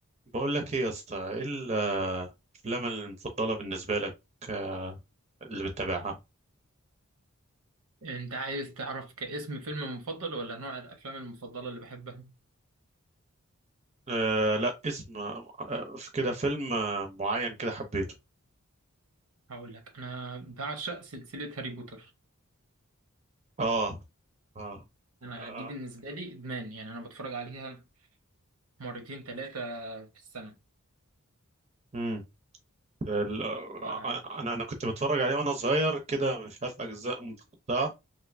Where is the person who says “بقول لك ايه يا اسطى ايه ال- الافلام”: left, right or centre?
Right